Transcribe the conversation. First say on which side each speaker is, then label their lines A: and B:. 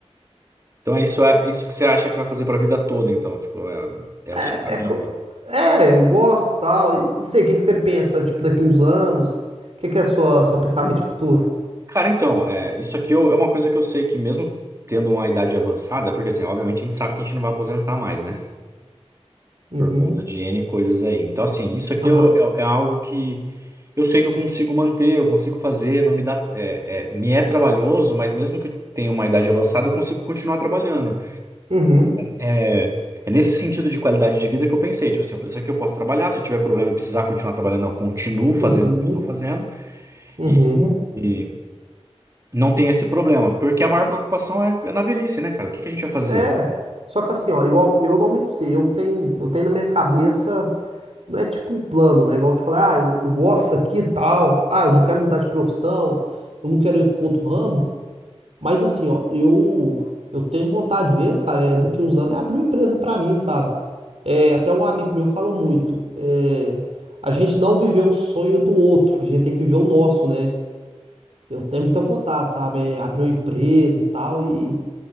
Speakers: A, on the right; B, on the right.
A: Então é isso, é isso que você acha que vai fazer pra vida toda, então, tipo, é, é
B: É,
A: o seu caminho.
B: é, co- é, eu gosto tal. E Não sei, o que que você pensa, tipo, daqui uns anos? O que que é sua, seu pensamento de futuro?
A: Cara, então, é, isso aqui eu- é uma coisa que eu sei que mesmo tendo uma idade avançada, porque assim, obviamente a gente sabe que a gente não vai aposentar mais, né?
B: Uhum,
A: Por conta de N coisas aí. Então, assim, isso aqui
B: aham,
A: eu- é, é algo que eu sei que eu consigo manter, eu consigo fazer, não me dá, é, é, me é trabalhoso, mas mesmo que eu tenha uma idade avançada, eu consigo continuar trabalhando.
B: uhum,
A: É, é nesse sentido de qualidade de vida que eu pensei, tipo assim, isso aqui eu posso trabalhar, se eu tiver problema e precisar continuar trabalhando, eu continuo fazendo
B: uhum,
A: o que eu estou fazendo.
B: uhum.
A: E, e- não tem esse problema, porque a maior preocupação é é na velhice, né, cara? O que que a gente vai fazer?
B: É, só que assim, ó, igual eu não me pra eu tenho, eu tenho na minha cabeça, não é tipo um plano, né? Igual eu te falei, ah, eu, eu gosto aqui e tal, ah, eu não quero mudar de profissão, eu não quero ir pro outro ramo, mas assim, ó, eu, eu tenho vontade mesmo, cara, é, daqui uns anos é abrir uma empresa pra mim, sabe? É, até um amigo meu fala muito, é, a gente não viveu o sonho do outro, a gente tem que viver o nosso, né? Eu tenho muita vontade, sabe? É, abrir uma empresa e tal, e.